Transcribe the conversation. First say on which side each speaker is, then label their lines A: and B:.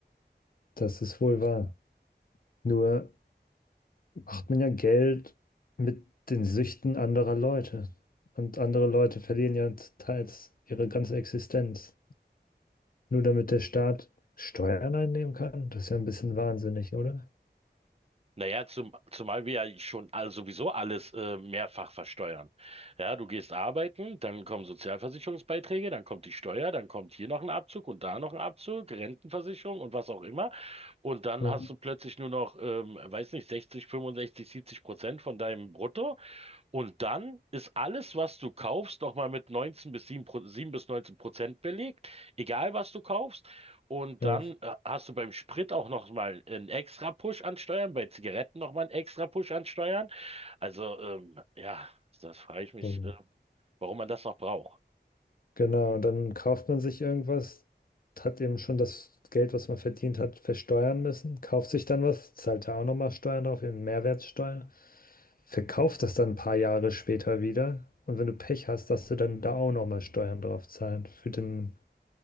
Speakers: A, on the left; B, on the right.
A: Das ist wohl wahr. Nur macht man ja Geld mit den Süchten anderer Leute. Und andere Leute verlieren ja teils ihre ganze Existenz. Nur damit der Staat Steuern einnehmen kann. Das ist ja ein bisschen wahnsinnig, oder?
B: Naja, zum, zumal wir ja schon all- sowieso alles äh, mehrfach versteuern. Ja, du gehst arbeiten, dann kommen Sozialversicherungsbeiträge, dann kommt die Steuer, dann kommt hier noch ein Abzug und da noch ein Abzug, Rentenversicherung und was auch immer. Und dann
A: Ja,
B: hast du plötzlich nur noch, ähm, weiß nicht, 60, 65, 70 Prozent von deinem Brutto und dann ist alles, was du kaufst, nochmal mit 19 bis 7, Pro- 7 bis 19 Prozent belegt, egal was du kaufst. Und
A: ja.
B: dann äh, hast du beim Sprit auch nochmal einen extra Push an Steuern, bei Zigaretten nochmal einen extra Push an Steuern. Also, ähm, ja, das frage ich mich,
A: So,
B: äh, warum man das noch braucht.
A: Genau, und dann kauft man sich irgendwas, hat eben schon das Geld, was man verdient hat, versteuern müssen, kauft sich dann was, zahlt da auch nochmal Steuern drauf, eben Mehrwertsteuer, verkauft das dann ein paar Jahre später wieder und wenn du Pech hast, darfst du dann da auch nochmal Steuern drauf zahlen für den